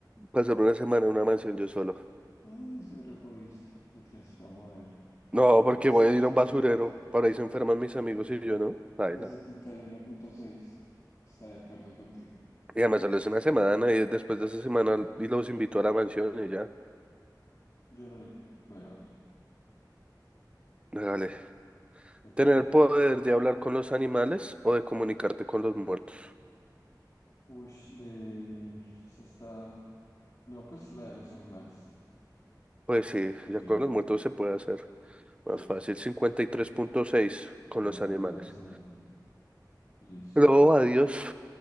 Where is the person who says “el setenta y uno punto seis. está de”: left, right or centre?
Left